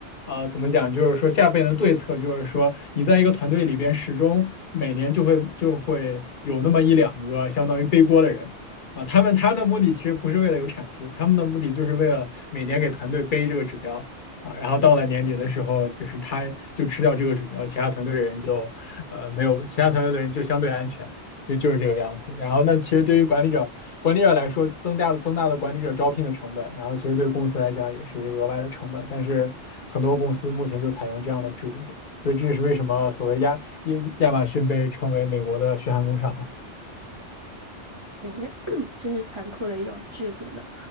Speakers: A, on the left; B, on the right.
A: 呃，怎么讲？就是说下边的对策，就是说你在一个团队里边，始终每年就会就会有那么一两个相当于背锅的人啊，他们他们的目的其实不是为了有产出，他们的目的就是为了每年给团队背这个指标啊，然后到了年底的时候，就是他就吃掉这个指标，其他团队的人就呃没有，其他团队的人就相对安全。就就是这个样子。然后，那其实对于管理者、管理者来说，增大增大的管理者招聘的成本，然后其实对公司来讲也是一个额外的成本。但是很多公司目前就采用这样的制度，所以这也是为什么所谓亚亚亚马逊被称为美国的血汗工厂嘛。
B: 真是 <clears throat> 真是残酷的一种制度呢。